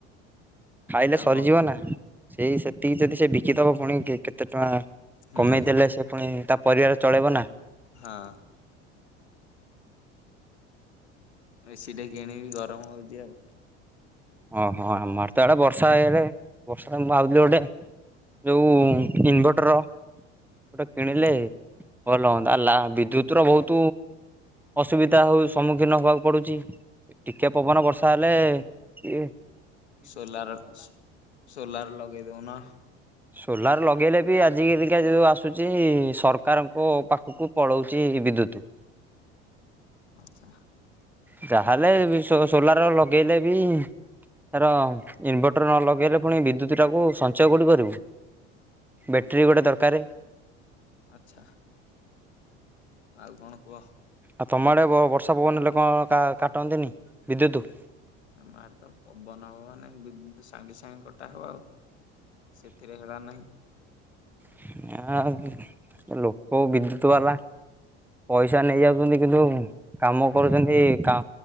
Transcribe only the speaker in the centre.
ଖାଇଲେ
ସରିଯିବ
ନାଁ। ସେଇ ସେତିକି ଯଦି ସେ ବିକିଦବ ପୁଣି କେ କେତେ ଟଙ୍କା
କମେଇ ଦେଲେ ସେ ପୁଣି ତା ପରିବାର ଚଳେଇବ ନାଁ।
ଅହୋ ଆମ ଆଡେ ତ ଆଡେ ବର୍ଷା ଏଆଡେ ବର୍ଷା ମୁଁ ଭାବୁଥିଲି ଗୋଟେ ଯୋଉ ଇନଭଟର ଗୋଟେ କିଣିଲେ
ଭଲ ହୁଅନ୍ତା ଆ ଲା ବିଦ୍ୟୁତର ବୋହୁତ ଅସୁବିଧା ହଉ ସମ୍ମୁଖୀନ ହବାକୁ ପଡୁଚି ଟିକେ ପବନ ବର୍ଷା ହେଲେ କିଏ
ସୋଲାର ଲଗେଇଲେ ବି ଆଜିିକାଲି କା ଯୋଉ ଆସୁଚି ସରକାରଙ୍କ ପାଖୁକୁ ପଳଉଚି ବିଦ୍ୟୁତ।
ଯାହା ହେଲେ ବି ସୋ ସୋଲାର ଲଗେଇଲେ ବି ହେର ଇନଭଟର ନ ଲଗେଇଲେ ପୁଣି ବିଦ୍ୟୁତଟାକୁ ସଞ୍ଚୟ କୋଉଠି କରିବୁ? ବେଟରୀ ଗୋଟେ ଦରକାରେ।
ଆଉ ତମ ଆଡ଼େ ବ ବର୍ଷା ପବନ ହେଲେ କଁ କା କାଟନ୍ତିନି ବିଦ୍ୟୁତ?
<unintelligible> ଆଉ ଏ ଲୋକ ବିଦ୍ୟୁତ ବାଲା ପଇସା ନେଇ ଯାଉଚନ୍ତି କିନ୍ତୁ କାମ କରୁଚନ୍ତି କା